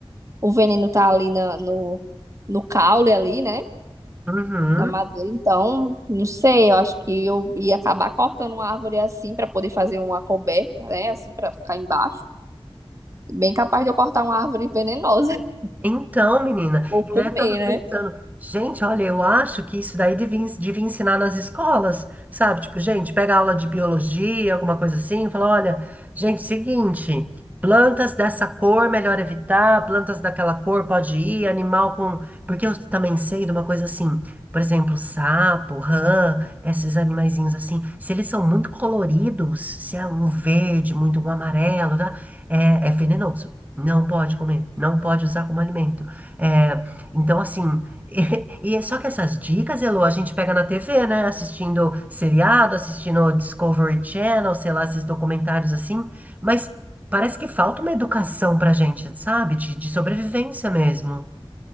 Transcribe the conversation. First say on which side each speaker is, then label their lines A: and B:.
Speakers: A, on the right; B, on the right.
A: o veneno tá ali na- no, no caule ali, né?
B: Uhum.
A: Na madeira. Então, não sei, eu acho que eu ia acabar cortando uma árvore assim para poder fazer uma coberta, né? Assim, para ficar embaixo. Bem capaz de eu cortar uma árvore venenosa <laughs>
B: Então, menina,
A: ou
B: e
A: comer,
B: daí eu tava pensando,
A: né?
B: gente, olha, eu acho que isso daí devia, ens- devia ensinar nas escolas, sabe? Tipo, gente, pega aula de biologia, alguma coisa assim, e fala, olha, gente, seguinte, plantas dessa cor melhor evitar, plantas daquela cor pode ir, animal com... Porque eu também sei de uma coisa assim, por exemplo, sapo, rã, esses animaizinhos assim, se eles são muito coloridos, se é um verde, muito um amarelo, tá? É, é venenoso. Não pode comer, não pode usar como alimento. É, então, assim, <laughs> e, e é só que essas dicas, Elô, a gente pega na TV, né? Assistindo seriado, assistindo Discovery Channel, sei lá, esses documentários assim, mas parece que falta uma educação pra gente, sabe? De, de sobrevivência mesmo.